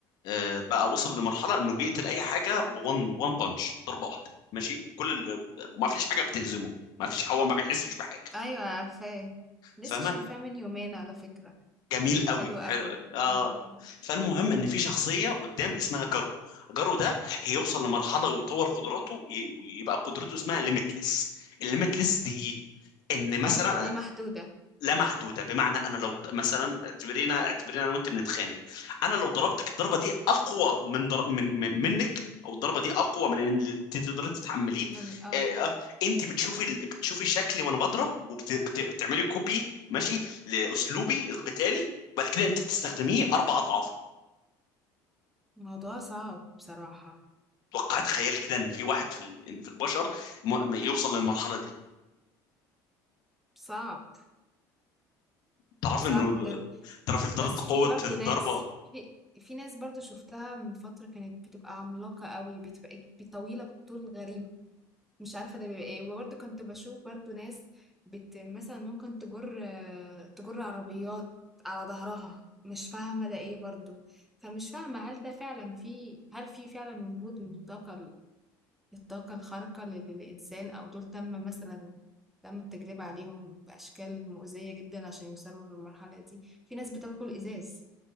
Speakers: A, on the left (about 55°); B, in the centre.
A: آه، بقى وصل لمرحله انه بيقتل اي حاجه بون وان بانش ضربه واحده ماشي كل ال... ما فيش حاجه بتهزمه ما فيش هو ما بيحسش بحاجه
B: ايوه عارفاه لسه
A: فاهمه
B: شايفاه من يومين على فكرة
A: جميل قوي
B: حلو قوي
A: حلو اه
B: امم
A: فالمهم ان في شخصيه قدام اسمها جارو جارو ده هيوصل لمرحله ويطور قدراته وي- ويبقى قدرته اسمها ليميتلس الليميتلس دي ايه ان مثلا
B: حاجة ليه محدودة
A: لا محدوده بمعنى انا لو د- مثلا اعتبرينا اعتبرينا انا وانت بنتخانق انا لو ضربتك الضربه دي اقوى من, ضر... من... من منك او الضربه دي اقوى من اللي انت تقدري تتحمليه
B: من اه
A: آه... آه، انت بتشوفي ال- بتشوفي شكلي وانا بضرب وبتعملي وبت... بت... بتعملي كوبي ماشي لاسلوبي القتالي وبعد كده انت بتستخدميه اربع اضعاف
B: الموضوع صعب بصراحة
A: توقعت خيال كده ان في واحد في ال... في البشر ما... ما يوصل للمرحله دي
B: صعب
A: تعرف
B: صعب
A: انه
B: بجد
A: تعرف درجه
B: بس في
A: قوه
B: برضو
A: الضربه
B: ناس في في ناس برضو شفتها من فترة كانت بتبقى عملاقة قوي بتبقى طويلة بطول غريب مش عارفة ده بيبقى ايه وبرضه كنت بشوف برضه ناس بت مثلا ممكن تجر آه، تجر عربيات على ظهرها مش فاهمة ده ايه برضه فمش فاهمة هل ده فعلا في هل في فعلا وجود من الطاقة ال- الطاقة الخارقة لل- للإنسان أو دول تم مثلا تم التجربة عليهم بأشكال مؤذية جدا عشان يوصلوا للمرحلة دي في ناس بتاكل إزاز